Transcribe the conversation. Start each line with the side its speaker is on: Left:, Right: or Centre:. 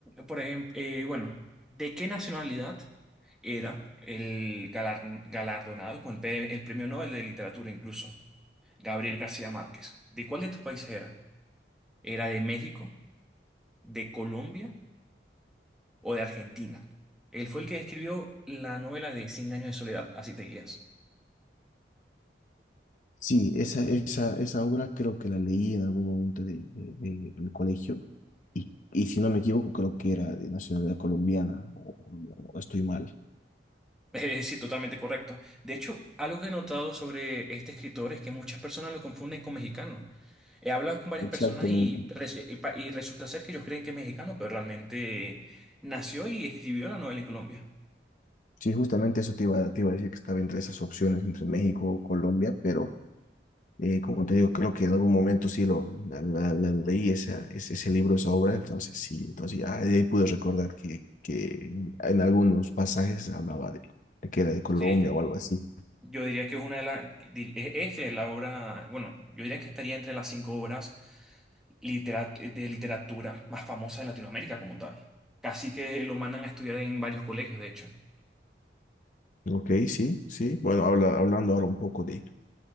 Centre: Por ejemplo, bueno, ¿de qué nacionalidad era el galar- galardonado con el pe- el premio Nobel de Literatura incluso? Gabriel García Márquez. ¿De cuál de estos países era? ¿Era de México, de Colombia o de Argentina? Él fue el que escribió la novela de Cien años de soledad, así te guías. <laughs>
Left: Sí, esa, esa, esa obra creo que la leí en algún momento de, de- de- del colegio. Y, y si no me equivoco, creo que era de nacionalidad colombiana o, o- o estoy mal.
Centre: Es decir, totalmente correcto. De hecho, algo que he notado sobre este escritor es que muchas personas lo confunden con mexicano. He hablado con varias
Left: Exactamente.
Centre: personas y, res- y pa- y resulta ser que ellos creen que es mexicano, pero realmente nació y escribió la novela en Colombia.
Left: Sí, justamente eso te iba, te iba a decir que estaba entre esas opciones, entre México o Colombia, pero Eh, como te digo, creo que en algún momento sí lo, la, la- la leí esa, ese, ese libro, esa obra, entonces sí, entonces ya de ahí pude recordar que, que en algunos pasajes hablaba de, de que era de Colombia
Centre: Sí,
Left: o algo así.
Centre: Yo diría que es una de las. di- e- Es la obra. Bueno, yo diría que estaría entre las cinco obras litera- de literatura más famosas de Latinoamérica como tal. Casi que lo mandan a estudiar en varios colegios, de hecho.
Left: Ok, sí, sí. Bueno, habla, hablando ahora un poco de,